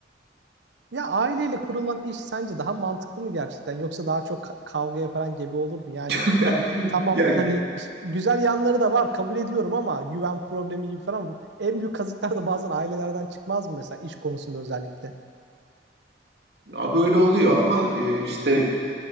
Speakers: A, on the right (about 80°); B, on the right (about 65°).
A: Ya aileyle kurulan iş sence daha mantıklı mı gerçekten yoksa daha çok ka- kavgaya falan gebe olur mu? Yani
B: <laughs>
A: tamam
B: Ya
A: hani ş- güzel yanları da var kabul ediyorum ama güven problemi gibi falan en büyük kazıklar da bazen ailelerden çıkmaz mı mesela iş konusunda özellikle?
B: abi öyle oluyor ama e, işte